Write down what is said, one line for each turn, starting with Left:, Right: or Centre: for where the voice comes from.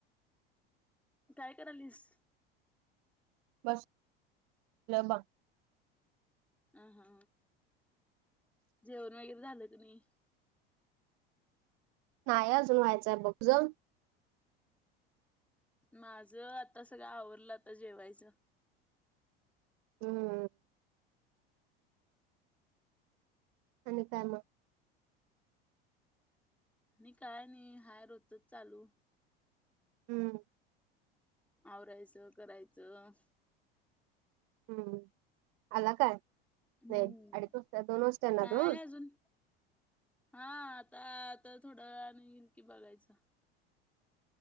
Centre: काय करालीस.
Right: बसलं बग. <unintelligible>
Centre: अ हा जेवण वगैरे झालं क नई?
Right: नाइ अजून व्हायचंय बग जावु <unintelligible>
Centre: माज आता सगळं आवरलं आताजेवायचं.
Right: हम्म. आणि काय मग?
Centre: णि काय नई हाय रोजचच चालू.
Right: हम्म.
Centre: आवरायचं करायचं.
Right: हम्म आला काय
Centre: हम्म
Right: नही <unintelligible> अडीच वाजता दोन वाजता
Centre: नाही
Right: तु.
Centre: अजून हा आता तो थोड्या वेळान इन की बघायचं.